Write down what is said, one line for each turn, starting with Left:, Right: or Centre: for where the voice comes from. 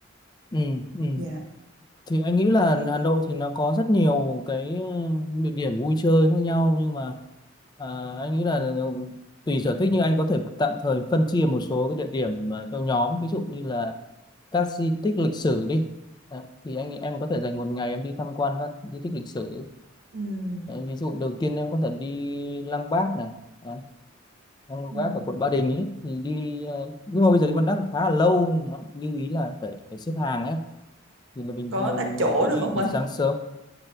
Left: ừ ừ
Right: Dạ.
Left: thì anh nghĩ là Hà Nội thì nó có rất nhiều cái ờ, địa điểm vui chơi khác nhau nhưng mà à, anh nghĩ là tùy sở thích nhưng anh có thể tạm thời phân chia một số cái địa điểm ờ, theo nhóm ví dụ như là các di tích lịch sử đi Đó, thì anh nghĩ em có thể dành một ngày em đi tham quan các di tích lịch sử
Right: Ừ.
Left: Đấy, ví dụ đầu tiên em có thể đi Lăng Bác này Đấy, Lăng
Right: Ừ.
Left: Bác ở quận Ba Đình ấy thì đi ờ, nhưng mà bây giờ đi Lăng Bác khá là lâu nên là như ý là phải phải xếp hàng ấy thì là bình
Right: Có
Left: thường
Right: đặt chỗ
Left: mình phải
Right: được
Left: đi
Right: không
Left: từ
Right: anh?
Left: sáng sớm